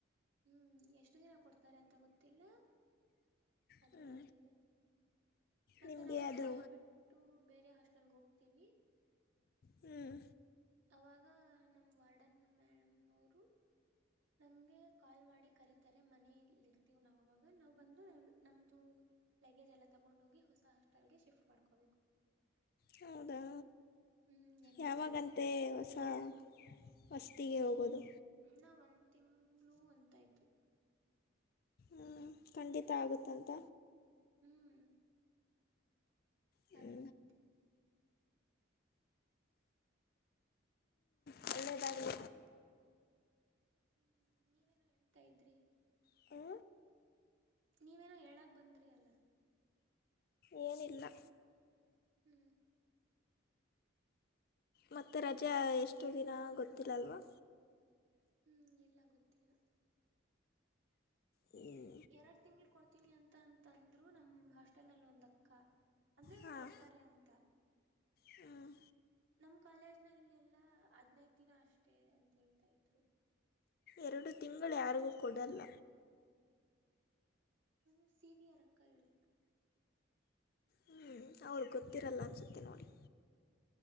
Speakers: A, on the right; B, on the left.
A: ಹ್ಮ್ ಎಷ್ಟು ದಿನ ಕೊಡ್ತಾರೆ ಅಂತ ಗೊತ್ತಿಲ್ಲ.. ಅದ್ರ
B: ಹ್ಞೂ
A: ರಜೆ ಇದೆ.. ಮತ್ತೆ
B: ನಿಮಗೆ
A: ನಾವು ಹಾಸ್ಟೆಲ್
B: ಅದು
A: ಬಿಟ್ಟು ಬೇರೆ ಹಾಸ್ಟೆಲ್ಗೆ ಹೋಗ್ತೀವಿ..
B: ಹ್ಮ್
A: ಅವಾಗ ನಮ್ಮ್ ವಾರ್ಡನ್ ಮೇಡಮ್ ಅವರು.. ನಮ್ಗೆ ಕಾಲ್ ಮಾಡಿ ಕರೀತಾರೆ ಮನೆಯಲ್ಲಿರ್ತೀವ್ ನಾವ್ ಅವಾಗ ನಾವ್ಬಂದು ನಮ್ದು. ಲಗೇಜ್ ಎಲ್ಲ ತಗೊಂಡೋಗಿ ಹೊಸ ಹಾಸ್ಟೆಲ್ಗೆ ಶಿಫ್ಟ್ ಮಾಡ್ಕೋಬೇಕು.
B: ಹೌದಾ
A: ಹ್ಮ್ ನಿನ್ನೆ
B: ಯಾವಾಗಂತೆ
A: ಹೇಳಿದ್ರು
B: ಹೊಸ. ಅ ವಸ್ತಿಗೆ ಹೋಗೋದು..
A: ನಾ ಒಂದ್ ತಿಂಗ್ಗಳು ಒಂತಾಯ್ತು..
B: ಹ ಖಂಡಿತ ಆಗುತ್ತಂತ..
A: ಹ್ಮ್.
B: ಹ್ಞೂ
A: ಆಗತಂತೆ..
B: ಹ್ಮ್ ಒಳ್ಳೇದಾಗ್ಲಿ..
A: ಹ್ಮ್ ನೀವೇನು ಹೇಳ್ತಾ ಇದ್ರಿ.
B: ಹ್ಞೂ
A: ನೀವೇನೋ ಹೇಳಕ್ ಬಂದ್ರಿ ಅಲ್ಲ
B: ಏನಿಲ್ಲ..
A: ಹ್ಮ್.
B: ಮತ್ತೆ ರಜೆ ಎಷ್ಟು ದಿನ ಗೊತ್ತಿಲ್ಲ ಅಲ್ವಾ..
A: ಹ್ಮ್ ಇಲ್ಲ ಗೊತ್ತಿಲ್ಲ..
B: ಹ್ಞೂ
A: ಎರಡ್ ತಿಂಗ್ಳ ಕೊಡ್ತೀನಿ ಅಂತ ಅಂತ ಅಂದ್ರು ನಮ್ ಹಾಸ್ಟೆಲ್ ನಲ್ಲಿ ಒಂದ.. ಅಕ್ಕ ಅಂದ್ರೆ
B: ಹಾಂ
A: ಕೊಡ್ತಾರೆ ಅಂತ..
B: ಹ್ಞೂ
A: ನಮ್ ಕಾಲೇಜ್ ನಲ್ಲಿ ಎಲ್ಲಾ ಹದ್ನೈದ ದಿನ ಅಷ್ಟೇ ಅಂತ ಹೇಳ್ತಾ ಇದ್ರು..
B: ಎರಡು ತಿಂಗಳು ಯಾರಿಗೂ ಕೊಡಲ್ಲ.
A: ಹುಹು ಸೀನಿಯರ್ ಅಕ್ಕ ಹೇಳಿದ್ದು..
B: ಹ್ಞ ಅವರಿಗೆ ಗೊತ್ತಿರಲ್ಲ ಅನ್ಸುತ್ತೆ ನೋಡಿ..